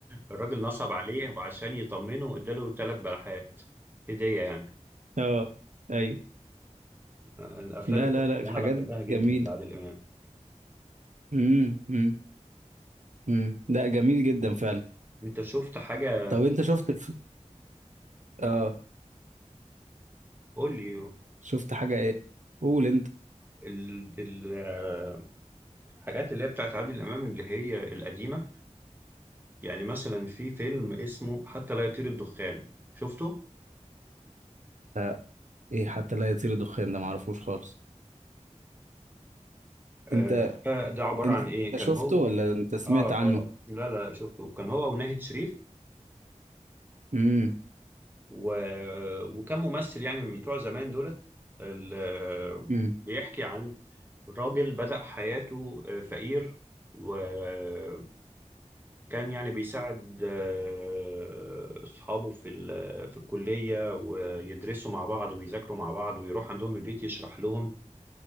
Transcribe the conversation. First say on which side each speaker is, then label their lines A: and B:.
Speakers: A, on the right (about 15°); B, on the right (about 80°).
A: الراجل نصب عليه وعشان يطمنه اداله ثلاث بلحات هدية يعني
B: اه ايوه
A: آه، الأفلام
B: لا
A: الجامدة
B: لا لا
A: اللي أنا
B: حاجات
A: بحبها جدا
B: جميله
A: لعادل إمام
B: امم امم أمم. لا جميل جدا فعلا
A: أنت شفت حاجة
B: طب انت شفت في... اه
A: قول لي
B: شفت حاجه ايه قول انت
A: ال- ال- آه، الحاجات اللي هي بتاعت عادل إمام اللي هي القديمة يعني مثلا في فيلم اسمه حتى لا يطير الدخان شفته؟
B: لا ايه حتى لا يطير دخان ده معرفوش خالص
A: آه،
B: انت
A: ده عبارة
B: انت
A: عن إيه؟ كان
B: شفته
A: هو
B: ولا انت سمعت
A: اه اه
B: عنه
A: لا لا لا، شفته كان هو وناهد شريف
B: امم
A: و... وكان ممثل يعني من بتوع زمان دولت ال...
B: امم
A: بيحكي عن راجل بدأ حياته آه، فقير وكان يعني بيساعد آه، أصحابه في ال... في الكلية ويدرسوا مع بعض ويذاكروا مع بعض ويروح عندهم البيت يشرح لهم